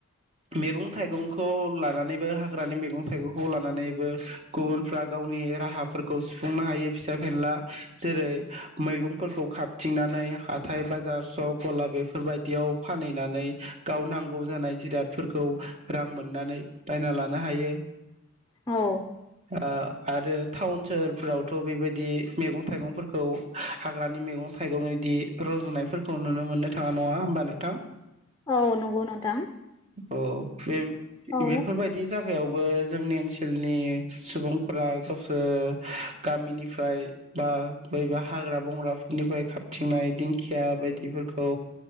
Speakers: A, on the right; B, on the left.
A: मेगं थाइगंखौ लानानैबो हा ग्रानि मैगं थाइगंखौ लानानैबो गुबुनफ्रा गावनि राहाफोरखौ सुफुंनो हायो फिसा फिनला जेरै मैगंफोरखौ खाबथिंनानै हाथाय बाजार सक गला बेफोरबायदियाव फानहैनानै गाव नांगौ जानाय जिरादफोरखौ रां मोननानै बायना ला नो हायो
B: औ
A: आ आरो टाउन सोहोरफोरावथ' बेबायदि मैगं थाइगंफोरखौ हाग्रानि मैगं थाइगं बिदि रजनायफोरखौ नुनो मोननो थाङा नङा होमबा नोंथां?
B: औ नंगौ नोंथां
A: अ बे
B: औ
A: बेफोरबायदि बे जायगायावबो जोंनि ओनसोलनि सुबुंफोरा गावसोर गामिनिफ्राय बा बबेबा हाग्रा बंग्राफोरनिफ्राय खाबथिंनाय दिंखिया बायदिफोरखौ